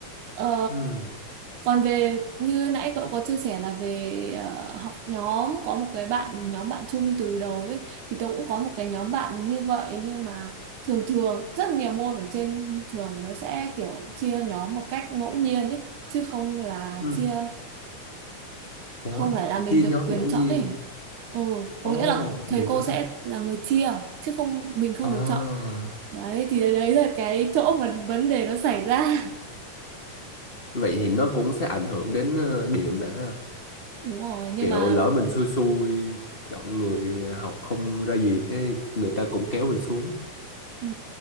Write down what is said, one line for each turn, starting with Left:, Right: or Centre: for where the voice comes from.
Right: Ờ,
Left: ừ
Right: còn về như nãy cậu có chia sẻ là về ờ, học nhóm có một cái bạn nhóm bạn chung từ đầu ấy thì tôi cũng có một cái nhóm bạn như vậy nhưng mà thường thường rất nhiều môn ở trên trường nó sẽ kiểu chia nhóm một cách ngẫu nhiên ấy chứ không là
Left: ừ
Right: chia
Left: ủa
Right: không phải là mình
Left: chia
Right: được
Left: nhóm
Right: quyền
Left: ngẫu
Right: chọn
Left: nhiên
Right: ấy. Ừ,
Left: ồ
Right: có nghĩa là
Left: buồn
Right: thầy cô
Left: quá ta
Right: sẽ là người chia chứ không mình không
Left: à
Right: được chọn. Đấy thì đấy đấy là cái chỗ mà vấn đề nó xảy ra.
Left: vậy thì nó cũng sẽ ảnh hưởng đến ờ, điểm bạn ha
Right: <laughs> Đúng rồi nhưng
Left: kiểu
Right: mà
Left: lỡ mình xui xui chọn người học không ra gì cái người ta cũng kéo mình xuống
Right: Ừ.